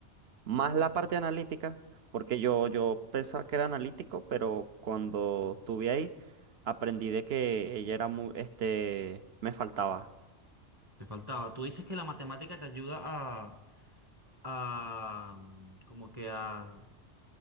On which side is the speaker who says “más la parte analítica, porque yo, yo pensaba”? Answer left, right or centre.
Right